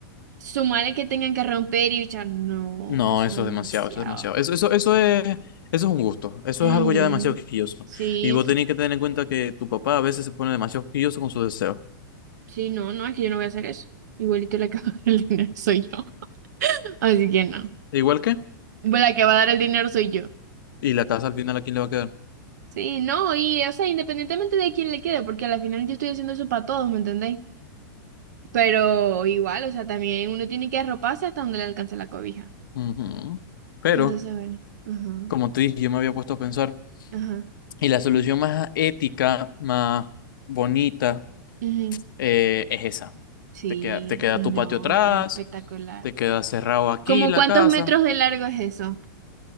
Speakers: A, on the right (about 55°); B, on the left (about 70°).
A: sumarle que tengan que romper y bichar, no,
B: No,
A: eso
B: eso
A: es demasiado,
B: es demasiado, eso es demasiado. Eso,
A: demasiado.
B: eso, eso es, eso es un gusto. Eso
A: Ujú.
B: es algo ya demasiado quisquilloso.
A: Sí,
B: Y vos tenés
A: sí,
B: que tener en cuenta que tu papá a veces se pone demasiado quisquilloso con sus deseos.
A: sí, no, no, es que yo no voy a hacer eso. Igualito la que <laughs> va a dar el dinero soy yo. <laughs> Así que no.
B: Igual que,
A: Bueno, La que va a dar el dinero soy yo.
B: y la casa al final a quién le va a quedar.
A: Sí, no, y o sea, independientemente de quién le quede, porque al final yo estoy haciendo eso para todos, ¿me entendéis? Pero igual, o sea, también uno tiene que arroparse hasta donde le alcance la cobija.
B: Ujú. Pero,
A: Entonces, bueno, ajá,
B: como te dije, yo me había puesto a pensar,
A: ajá,
B: y la solución más ética, más bonita,
A: ujú.
B: eh, es esa.
A: Sí,
B: Te queda, te queda
A: no,
B: tu patio atrás,
A: y queda espectacular.
B: te queda cerrado aquí
A: ¿Como
B: la
A: cuántos
B: casa.
A: metros de largo es eso?